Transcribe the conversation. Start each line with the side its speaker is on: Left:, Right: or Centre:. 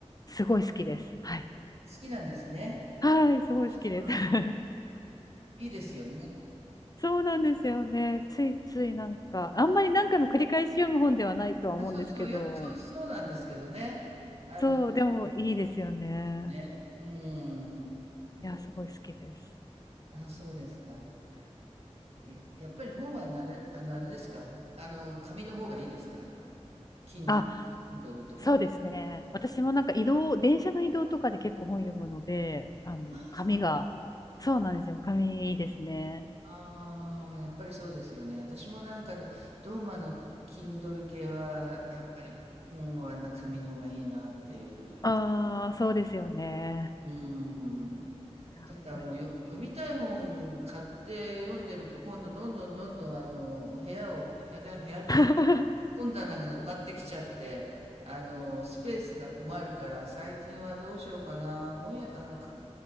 Left: すごい好きです。はい。
Right: きなんですね。
Left: はい、すごい好きです。
Right: あ、そうなん、
Left: <laughs>
Right: いいですよね。
Left: そうなんですよね。ついついなんか、あんまり何回も繰り返し読む本ではないとは思うんですけど、
Right: あ、そうそう、よ、そう、そうなんですけどね。あの、
Left: そう、でもいいですよね。
Right: ね、うん。そう、
Left: いや、すごい好きです。
Right: あ、そうですか。いやっぱり本はなれ、あの、あれですか。あの、紙の方がいいですか。あの、キン、
Left: あ、
Right: Kindle とかで。
Left: そうですね。私もなんか移動、電車の移動とかで結構本読むので、あの、
Right: ああ、
Left: 紙が、
Right: そう
Left: そうなんですよ。紙いいですね。
Right: ああ、やっぱりそうですよね。私もなんかど、どうもあの、Kindle 系は、やっぱり本はな紙の方がいいなっていう。
Left: ああ、そうですよね。
Right: うん。
Left: やっぱり
Right: ただもうよ、読みたい本買って読んでると、今度どんどんどんどんあの、部屋を、部屋で、部屋というか、
Left: <laughs>
Right: 本棚が埋まってきちゃって、あの、スペースが困るから、最近はどうしようかな、本屋、あの、か